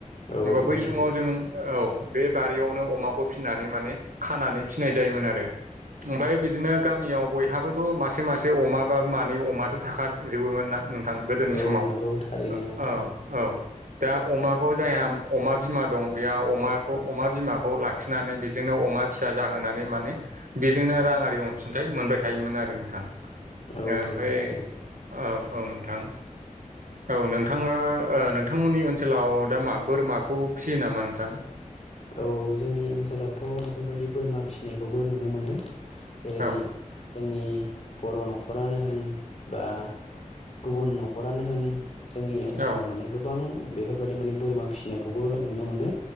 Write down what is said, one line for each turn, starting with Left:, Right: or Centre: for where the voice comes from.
Left: औ
Right: होमबा
Left: नंगौ
Right: बै
Left: नोंथां
Right: समाव जों औ बे बारियावनो अमाखौ फिनानै माने खानानै फिनाय जायोमोन आरो ओमफ्राय बिदिनो गामियाव बयहाबोथ' मासे मासे अमा बा मानै अमाथ' थाखाजोबोमोन ना। नोंथां गोदोनि
Left: औ
Right: समाव
Left: नंगौ थारैनो नोंथां
Right: औ औ। दा अमाखौ जायहा अमा बिमा दं बेहा अमाखौ अमा बिमाखौ लाखिनानै बेजोंनो अ अमा फिसा जाहोनानै माने बेजोंनो राङारि अनसुंथाइ मोनबाय थायोमोन आरो नोंथां।
Left: औ
Right: ओमफ्राय
Left: नंगौ थारैनो
Right: औ औ नोंथां। औ नोंथाङा नोंथांमोननि ओनसोलाव दा मा बोरमाखौ फिसियो नामा नोंथां।
Left: औ जोंनि ओनसोलावथ' बेफोरबायदि बोरमा फिसिनायखौबो नुनो मोनो। जेरै
Right: औ
Left: जोंनि बर' न'खरानो होन बा गुबुन न'खरानो होन। जोंनि ओनसोलाव
Right: औ
Left: माने गोबां बेफोरबायाददि माने बोरमा फिसिनायखौबो नुनो मोनो।